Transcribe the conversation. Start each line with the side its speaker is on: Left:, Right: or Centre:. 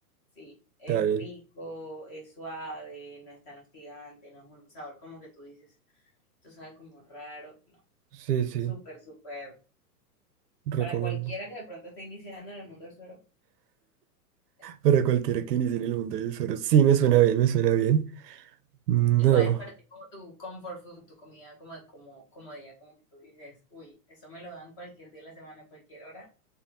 Left: Sí, es
Right: Está bien.
Left: rico, es suave, no es tan hostigante, no es un sabor como que tú dices. esto sabe como raro, no,
Right: Sí, sí.
Left: súper, súper,
Right: Recomiendo.
Left: para cualquiera que de pronto esté iniciando en el mundo del suero. es-
Right: Para cualquiera que inicie en el mundo del suero. Sí, me suena bien, me suena bien. No.
Left: ¿Y cuál es para ti como tu comfort food, tu comida como de como comodidad, como que tú dices, uy, eso me lo dan cualquier día de la semana, cualquier hora,